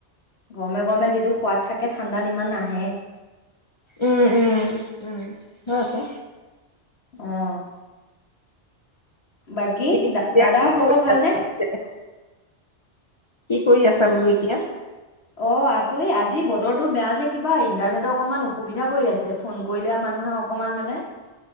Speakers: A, on the left (about 65°); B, on the left (about 35°).
A: গৰমে গৰমে যিটো সোৱাদ থাকে ঠাণ্ডাত ইমান নাহে।
B: উম, উম, উম, হয়কো।
A: অহ। বাকী দ
B: এতিয়া
A: - দাদা
B: কি
A: খবৰ
B: কৰি
A: ভালনে?
B: আছা কি কৰি আছা বোলো এতিয়া?
A: অ' আছো আজি বতৰটো বেয়া যে কিবা ইণ্টাৰনেটৰ অকনমান অসুবিধা কৰি আছে। ফোন কৰিলে মানুহে অকমান মানে